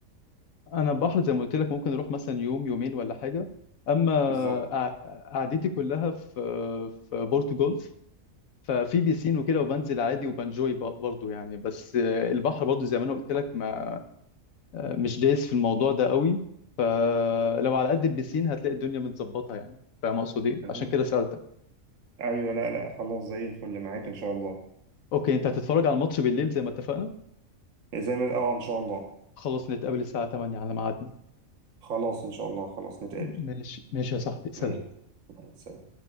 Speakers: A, on the left (about 75°); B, on the right (about 65°).
A: انا البحر زي ما قلت لك ممكن اروح مثلا يوم يومين ولا حاجه اما آه،
B: بالظبط
A: قع- قعدتي كلها في في بورتو جولف ففي بيسين وكده وبنزل عادي وبنجوي ب- برضه يعني بس آه، البحر برضه زي ما انا قلت لك ما آه، مش دايس في الموضوع ده قوي آه، لو على قد البسين هتلاقي الدنيا متظبطه يعني فاهم اقصد ايه
B: تمام
A: عشان كده سالتك
B: أيوه لا لا خلاص زي الفل معاك إن شاء الله
A: اوكي انت هتتفرج على الماتش بالليل زي ما اتفقنا
B: زي ما أه إن شاء الله
A: خلاص نتقابل الساعة 8 على ميعادنا
B: خلاص إن شاء الله خلاص نتقابل
A: ماشي ماشي يا صاحبي سلام
B: ماشي سلام